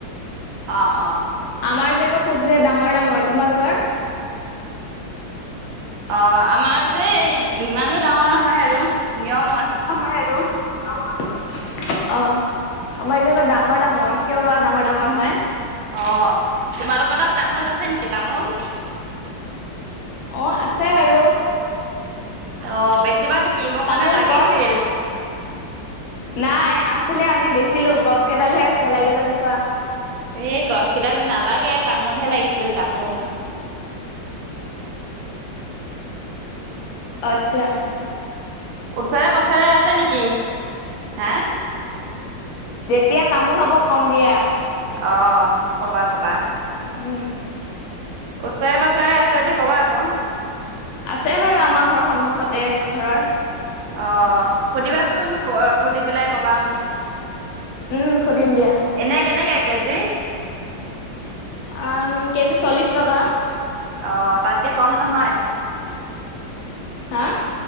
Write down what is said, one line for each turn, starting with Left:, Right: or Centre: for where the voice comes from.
Right: অহ
Left: আমাৰ যে আকৌ ফোট কেইটা ডাঙৰ ডাঙৰ তোমালোকৰ
Right: অহ আমাৰ যে ইমানো ডাঙৰ নহয় আৰু নিয়মৰ।
Left: অহ হয় আৰু অহ আমাৰ এতিয়া ক ডাঙৰ ডাঙৰ কিয় বা ডাঙৰ ডাঙৰ হয়
Right: অহ তোমালোকৰ তাত তামোল আছে নেকি তামোল
Left: অহ আছে বাৰু
Right: অহ বেছিবা নেকি মোক
Left: তামোল
Right: মানে লাগিছিল
Left: গছ নাই আছিলে আমি বেচিলো গছ কেইডালহে আছে লাগে যদি কোৱা
Right: এই গছ কেইডাল নালাগে তামোলহে লাগিছিল তামোল
Left: অত্ছা
Right: ওচৰে পাছৰে আছে নিকি হা
Left: যেতিয়া তামোল হ'ব কম দিয়া
Right: অ কবা কবা
Left: উম
Right: ওচৰে পাছৰে আছে দি কবা আকৌ
Left: আছে বাৰু আমাৰ ঘৰৰ সন্মুখতে এঘৰৰ
Right: অ সুধিবাচোন ক সুধি পেলাই কবা মোক
Left: উম সুধিম দিয়া
Right: এনেই কেনেকে কেজি
Left: আ ম কেজি চল্লিশ টকা
Right: অ তাতকে কম নহয়
Left: হা